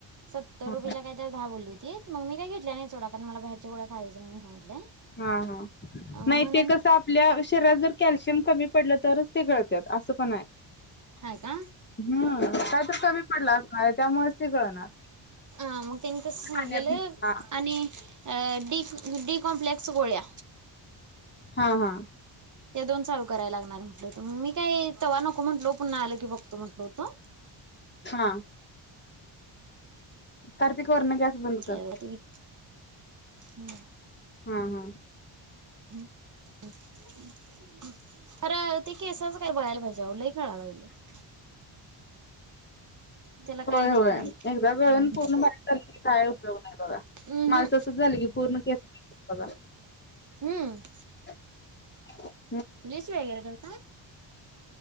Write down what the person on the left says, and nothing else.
हा
हा हा नाही
ते कसं? आपल्या शरीरात जर कॅल्शियम कमी पडलं, तरच ती गळत्यात असं पण हाय
हम्म काय तर कमी पडला असणार आहे, त्यामुळेच ती गळणार
पाण्यात हा
हा हा.
हा कार्तिक वरन गॅस बंद कर
हा हा.
होय
होय
एकदा गळण
पूर्ण बारीक झालं, की काय उपयोग नाही बघा.
माझ तसंच झालंय की पूर्ण केस गेलीत बघा
<inaudible>